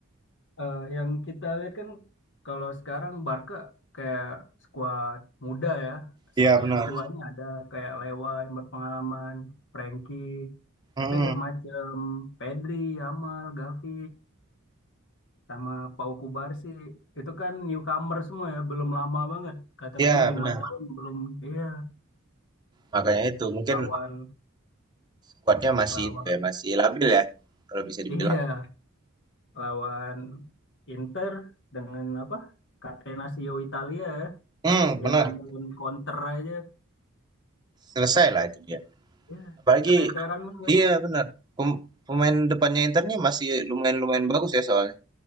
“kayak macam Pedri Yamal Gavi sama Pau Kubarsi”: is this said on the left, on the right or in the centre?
Left